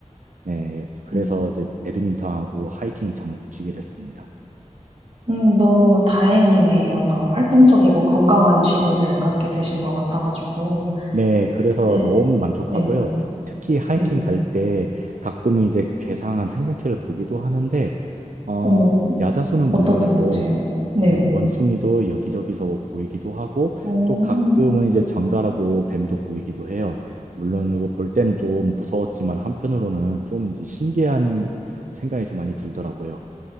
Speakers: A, on the right; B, on the right.
A: 네, 그래서
B: 음,
A: 이제 배드민턴하고 하이킹이 정을 붙이게 됐습니다.
B: 음, 너무 다행이네요. 더 활동적이고 건강한 취미를 갖게 되신 것 같아가지고.
A: 네, 그래서
B: 네,
A: 너무 만족하고요.
B: 네,
A: 특히 하이킹
B: 네.
A: 갈 때 가끔은 이제 괴상한 생명체를 보기도 하는데 어,
B: 어머,
A: 야자수는
B: 어떤
A: 물론이고
B: 생명체요? 네.
A: 예, 원숭이도 여기저기서 보이기도 하고
B: 오,
A: 또 가끔은 이제 정갈하고 뱀도 보이기도 해요. 물론 이거 볼 때는 좀 무서웠지만 한편으로는 좀 이제 신기한 생각이 좀 많이 들더라고요.